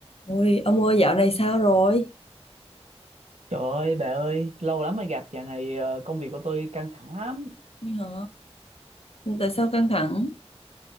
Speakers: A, on the left; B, on the right.
A: Ôi, ông ơi dạo này sao rồi?
B: Trời ơi bà ơi, lâu lắm mới gặp, dạo này ờ, công việc của tôi căng thẳng lắm.
A: Như hả? Tại sao căng thẳng?